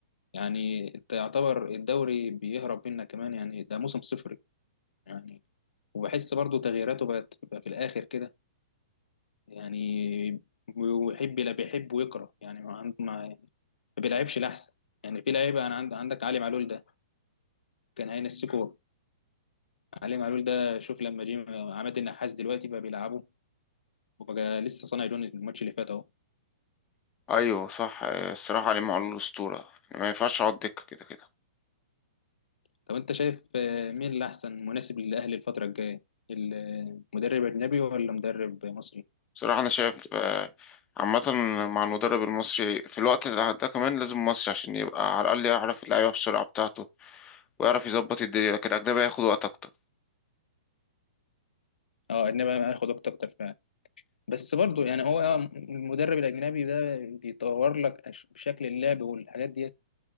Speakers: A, on the left; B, on the left.
A: يعني انت يعتبر الدوري بيهرب منك كمان يعني ده موسم صفري يعني وبحس برضو تغييراته بقت بقى في الاخر كده يعني ويحب لا بيحب ويكره يعني ما عنده ما بيلعبش الاحسن يعني في لعيبه انا عند عندك علي معلول ده كان هينسكوه علي معلول ده شوف لما جه عماد النحاس دلوقتي بقى بيلعبه وبقى لسه صانع جون الماتش اللي فات اهو
B: ايوه صح آه، الصراحه علي معلول الاسطوره ما ينفعش اقعد دكه كده كده
A: طب انت شايف آه، مين اللي احسن مناسب للاهلي الفتره الجايه المدرب اجنبي ولا مدرب مصري
B: بصراحه انا شايف آه عامة مع المدرب المصري في الوقت ده ده كمان لازم مصري عشان يبقى على الأقل يعرف اللعيبة بسرعة بتاعته ويعرف يظبط الدنيا لكن الأجنبي هياخد وقت أكتر
A: اه اجنبي هياخد وقت اكتر فعلا بس برضه يعني هو آه، المدرب الاجنبي ده بيطور لك أش- شكل اللعب والحاجات ديت